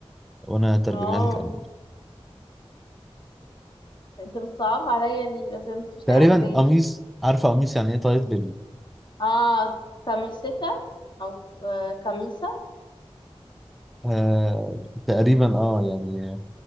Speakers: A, in the centre; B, on the left.
A: وانا هترجمها
B: اه
A: لك الماني
B: انت بتصعبها عليا ليه دلوقتي أنا مفيش
A: تقريبا
B: حاجه في بالي
A: قميص عارفة قميص يعني ايه طيب
B: اه كاميسيتا او آه كاميسا
A: آه تقريبا اه يعني